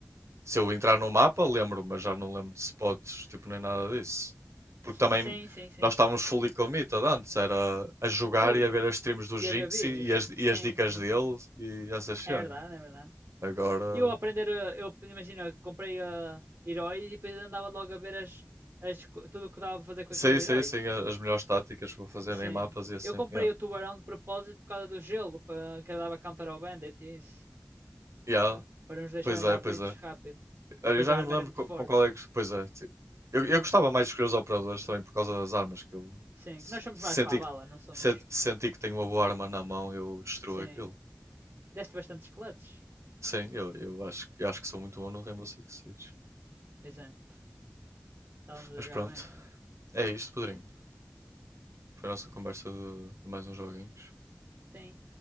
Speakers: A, on the right; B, on the right.
A: Se eu entrar no mapa, lembro, mas já não lembro de spots, tipo, nem nada disso. Porque também
B: sim, sim, sim.
A: nós estávamos fully committed antes, era a jogar
B: Ui,
A: e a ver as streams do Jinx
B: ia ver vídeos?
A: e, e as,
B: Sim,
A: e as dicas
B: sim.
A: dele e essas cenas.
B: É verdade, é verdade.
A: Agora,
B: Eu aprender, eh, eu imagina, comprei eh, heróis e depois andava logo a ver as, as, co- tudo o que dava para fazer com
A: Sei,
B: aqueles heróis.
A: sei, sei, as melhores táticas para fazer
B: Sim.
A: em mapas e assim.
B: Eu comprei
A: Yeah.
B: o tubarão de propósito por causa do gelo, para que dava counter ao Bandit e isso.
A: Yeah,
B: para nos deixarem
A: Pois é,
B: dar
A: pois
B: breaches
A: é.
B: rápido.
A: Olha,
B: E depois
A: Eu já
B: a
A: nem
B: arma
A: me lembro
B: era muito
A: co-
B: forte.
A: com, qual é que. Pois é. ti- Eu, eu gostava mais de escolher os operadores também por causa das armas que eu
B: Sim,
A: se-
B: que nós somos
A: senti
B: mais para a bala,
A: que,
B: não somos?
A: se- senti que tenho uma boa arma na mão, eu destruo
B: Sim.
A: aquilo.
B: Deste bastantes clutches.
A: Sim, eu, eu acho, eu acho que sou muito bom no Rainbow Six Siege.
B: Pois é, estávamos a
A: Mas
B: jogar
A: pronto,
B: bem.
A: é isto, Pedrinho. Foi a nossa conversa de, de mais uns joguinhos.
B: Sim.